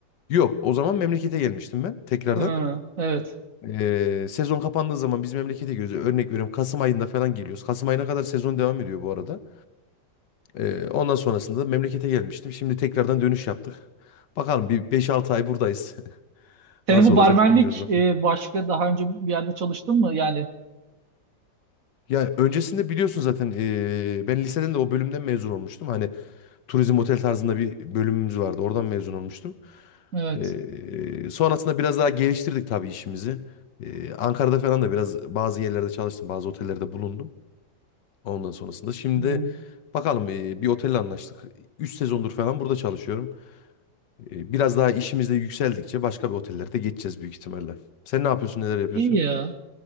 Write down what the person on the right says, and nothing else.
Ha. Evet.
Senin
bu
barmenlik
e, başka daha önce bir yerde çalıştın mı? Yani
evet.
Hmm.
İyi ya.